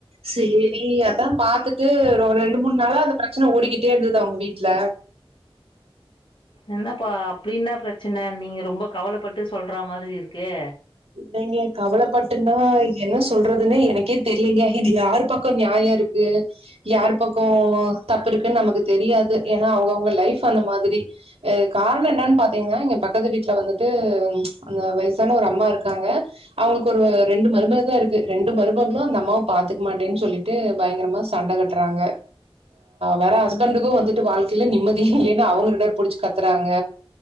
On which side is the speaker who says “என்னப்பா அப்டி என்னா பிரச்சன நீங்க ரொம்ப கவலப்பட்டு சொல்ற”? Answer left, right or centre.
Left